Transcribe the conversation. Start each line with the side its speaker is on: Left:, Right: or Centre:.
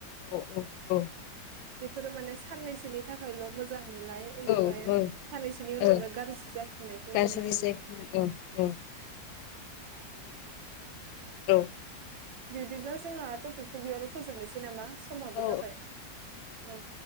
Left: औ औ
Right: बेफोरो माने साननैसोनि थाखायल' मोजां नुनाय उनावहाय
Left: औ औ
Right: साननैसोनि उनावनो
Left: औ
Right: गाज्रि जाफिननायखौ
Left: गाज्रि
Right: नुनो मोनो
Left: जायखौ औ
Right: बिदिब्ला जोंहा टपिकखौ बेयावनो फोजोबनोसै नामा समाबो
Left: औ
Right: जाबाय औ